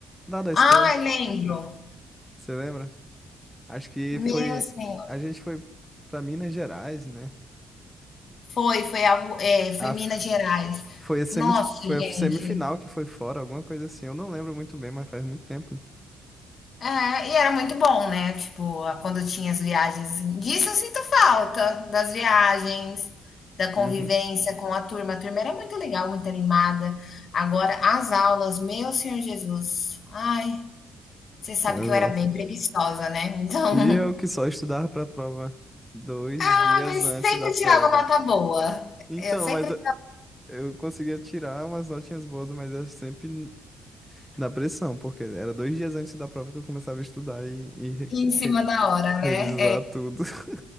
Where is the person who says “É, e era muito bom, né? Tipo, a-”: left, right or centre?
Left